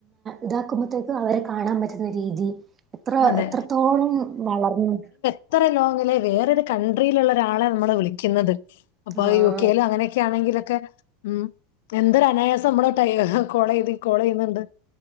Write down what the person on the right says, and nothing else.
ഇതാക്കുമ്പോത്തേക്കും അവരെ കാണാൻ പറ്റുന്ന രീതി. എത്ര,
എത്രത്തോളം വളർന്നു.
ആഹ്